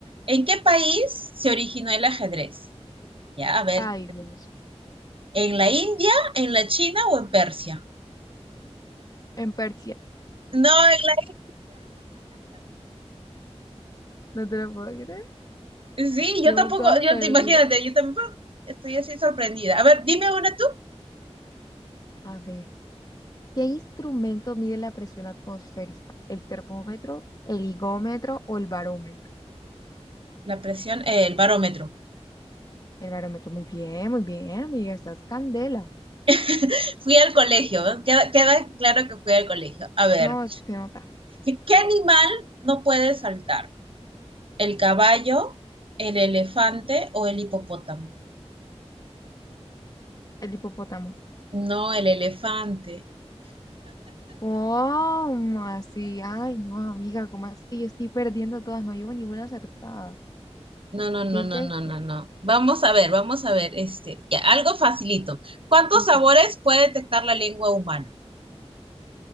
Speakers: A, on the right; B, on the left.
A: ¿en qué país se originó el ajedrez? Ya, a ver,
B: Ay, Dios,
A: ¿en la India, en la China o en Persia?
B: en Persia,
A: No, en la
B: no te lo puedo creer,
A: Sí,
B: llevo
A: yo tampoco,
B: todas
A: yo
B: perdidas.
A: te imagínate, yo tampoco estoy así sorprendida. A ver, dime una tú.
B: A ver, ¿qué instrumento mide la presión atmosférica? ¿El termómetro, el higómetro o el barómetro?
A: La presión, eh, el barómetro.
B: El barómetro, muy bien, muy bien, amiga, estás candela.
A: <laughs> Fui al colegio, ¿no? queda, queda claro que fui al colegio. A ver,
B: No, se nota,
A: ¿qué animal no puede saltar? ¿El caballo, el elefante o el hipopótamo?
B: el hipopótamo.
A: No, el elefante.
B: ¿Cómo así? Ay, no, amiga, ¿cómo así que yo estoy perdiendo todas? No llevo ninguna acertada.
A: No, no, no,
B: ¿Qué es
A: no,
B: esto?
A: no, no, no. Vamos a ver, vamos a ver, este, ya, algo facilito. ¿Cuántos
B: Ok,
A: sabores puede detectar la lengua humana?